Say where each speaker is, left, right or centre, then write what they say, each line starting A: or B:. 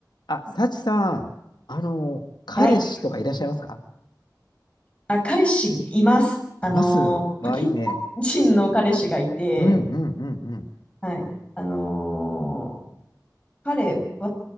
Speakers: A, on the left; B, on the left.
A: あ、サチさん、あの、彼氏とかいらっしゃいますか
B: はい。あ、彼氏います。あのー、
A: ますはいいね。
B: パキスタン人の彼氏がいて、
A: うん、うん、うん、うん。
B: はい。あのー彼は、